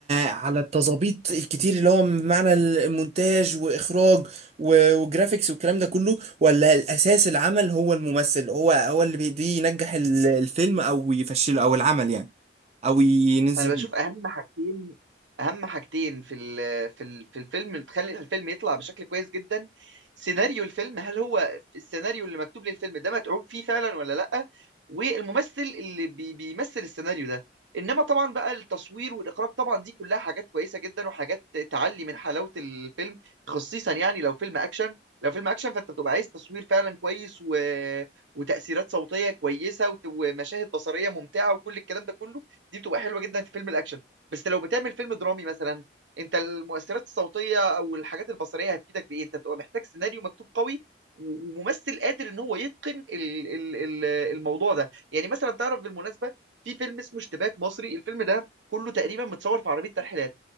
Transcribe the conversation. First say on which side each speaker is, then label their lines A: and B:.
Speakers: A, on the right (about 35°); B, on the right (about 90°).
A: على التظابيط الكتير اللي هو معنى المونتاج واخراج و- وجرافيكس والكلام ده كله ولا الاساس العمل هو الممثل هو هو اللي بيدي ينجح ال- الفيلم او يفشله او العمل يعني او ينزل
B: انا
A: بيه
B: بشوف اهم حاجتين اهم حاجتين في ال في ال في الفيلم تخلي الفيلم يطلع بشكل كويس جدا سيناريو الفيلم هل هو السيناريو اللي مكتوب للفيلم ده متعوب فيه فعلا ولا لا والممثل اللي بي بيمثل السيناريو ده انما طبعا بقى التصوير والاخراج طبعا دي كلها حاجات كويسه جدا وحاجات تعلي من حلاوه الفيلم خصيصا يعني لو فيلم اكشن لو فيلم اكشن فانت بتبقى عايز تصوير فعلا كويس و... وتاثيرات صوتيه كويسه وت- ومشاهد بصريه ممتعه وكل الكلام ده كله دي بتبقى حلوه جدا في فيلم الاكشن بس لو بتعمل فيلم درامي مثلا انت المؤثرات الصوتيه او الحاجات البصريه هتفيدك بايه انت بتبقى محتاج سيناريو مكتوب قوي و- وممثل قادر ان هو يتقن ال- ال- ال- الموضوع ده يعني مثلا تعرف بالمناسبه في فيلم اسمه اشتباك مصري الفيلم ده كله تقريبا متصور في عربيه ترحيلات